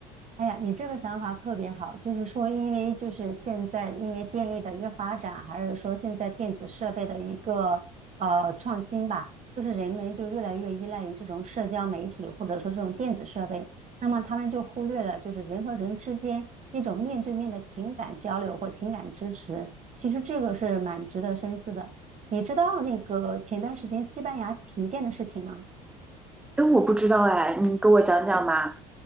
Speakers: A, on the right; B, in the centre.
A: 哎呀，你这个想法特别好，就是说，因为就是现在因为电力的一个发展，还是说现在电子设备的一个呃创新吧，就是人们就越来越依赖于这种社交媒体或者说这种电子设备，那么他们就忽略了就是人和人之间那种面对面的情感交流或情感支持，其实这个是蛮值得深思的。你知道那个前段时间西班牙停电的事情吗？
B: 哎，我不知道哎，你给我讲讲嘛。